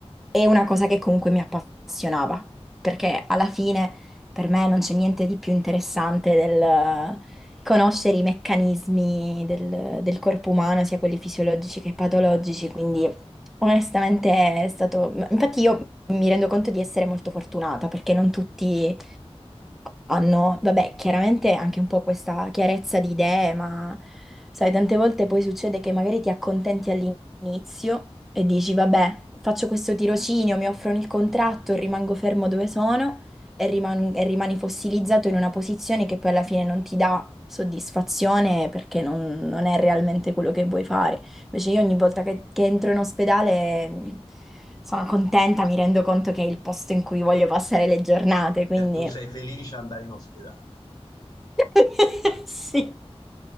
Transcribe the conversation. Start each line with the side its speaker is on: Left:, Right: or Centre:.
Centre: e una cosa che comunque mi appassionava, perché alla fine per me non c'è niente di più interessante conoscere i meccanismi del, del corpo umano, sia quelli fisiologici che patologici, quindi onestamente è stato... Infatti io mi rendo conto di essere molto fortunata perché non tutti hanno, vabbè, chiaramente anche un po' questa chiarezza di idee, ma sai, tante volte poi succede che magari ti accontenti all'inizio e dici, vabbè, faccio questo tirocinio, mi offrono il contratto, rimango fermo dove sono e riman- e rimani fossilizzato in una posizione che poi alla fine non ti dà soddisfazione perché non, non è realmente quello che vuoi fare. Invece io ogni volta che, che entro in ospedale mh, sono contenta, mi rendo conto che è il posto in cui voglio passare le giornate, quindi
Left: Cioè, tu sei felice ad andare in ospedale.
Centre: <laughs> sì,